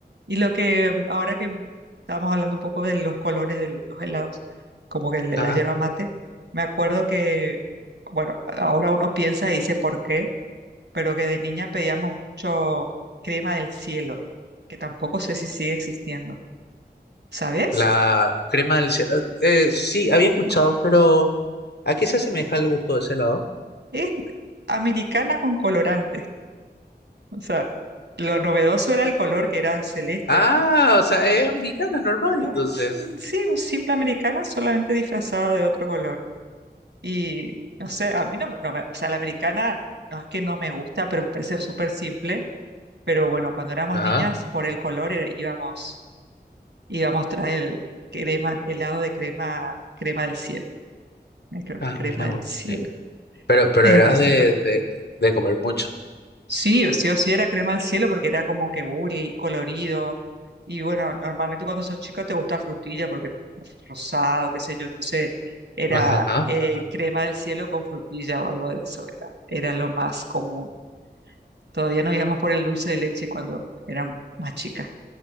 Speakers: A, on the right; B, on the left.
A: Y lo que ahora que estábamos hablando un poco de los colores de los helados, como que el de
B: Ah,
A: la yerba mate, me acuerdo que, bueno, ahora uno piensa y dice por qué. pero que de niña pedíamos mucho crema del cielo, que tampoco sé si sigue existiendo. ¿Sabes?
B: La crema del... cielo- Eh, sí, había escuchado, pero ¿a qué se asemeja el gusto de ese helado?
A: Es americana con colorante. O sea, lo novedoso era el color, que era celeste.
B: Ah, o sea, es americana, normal,
A: Y
B: entonces.
A: un- sí, un simple americana solamente disfrazado de otro color. Y no sé, a mí no, me- no me, o sea, la americana no es que no me gusta, pero me parece súper simple. Pero bueno, cuando éramos
B: Ajá.
A: niñas, por el color era- íbamos, íbamos tras el crema, helado de crema, crema del cielo. Ay, claro,
B: Ah,
A: crema
B: mira.
A: del
B: vos.
A: cielo.
B: Y- Pero, pero
A: <laughs>
B: eras
A: Es muy simpático.
B: de, de, de comer mucho.
A: Sí, o sí o sí era crema del cielo porque era como que y colorido. Y bueno, normalmente cuando sos chica te gusta frutilla porque es rosado, qué sé yo. Entonces era
B: Ajá,
A: eh,
B: ajá.
A: crema del cielo con frutilla o algo de eso, ¿verdad? Era lo más común. Todavía no íbamos por el dulce de leche cuando era más chica.